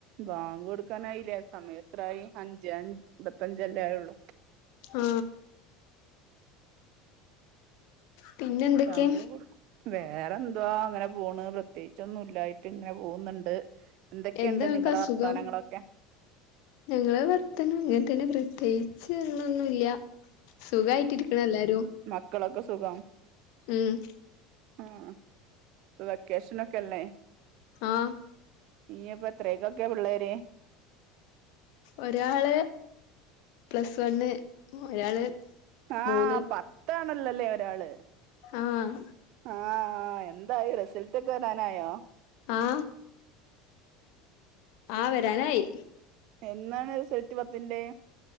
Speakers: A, on the right; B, on the left.
A: ബാങ്ക് കൊടുക്കാനായില്ലേ സമയം എത്രായി അഞ്ചേ അൻപത്തഞ്ചല്ലേ ആയൊള്ളു
B: ആ പിന്നെ എന്തൊക്കെ
A: ബാങ്ക് കൊട്ക്കും വേറെന്തുവാ അങ്ങനെപോണ് പ്രത്യേകിച്ചൊന്നുല്ലായിട്ട് ഇങ്ങനെ പോന്ന്ണ്ട് എന്തൊക്കെണ്ട്
B: എന്താ ഇങ്ങക്ക്
A: നിങ്ങളെ
B: അസുഖം
A: വർത്താനങ്ങളൊക്കെ
B: ഞങ്ങളെ വർത്താനം ഇങ്ങൻത്തെന്നെ പ്രത്യേ ച്ച്ന്നൊന്നുല്ല സുഖായ്ട്ടിരിക്ക്‌ണ് എല്ലാരും
A: ക്കളൊക്കെസുഖം
B: ഉം
A: ആ ആ പ്പൊ വെക്കേഷനൊക്കല്ലേ
B: ആ
A: ഇനിയപ്പോ എത്രേക്കൊക്കെ പിള്ളേര്
B: ഒരാള് പ്ലസ് വണ്ണ് ഒരാള്
A: ആ
B: മൂന്ന്
A: പത്താണല്ലേ ഒരാള്
B: ആഹ്
A: ആ ആ എന്തായി റിസൾട്ടൊക്കെ വെരാനായോ
B: ആ ആ വെരാനായി
A: എന്നാണ് റിസൾട്ട് പത്തിന്റെ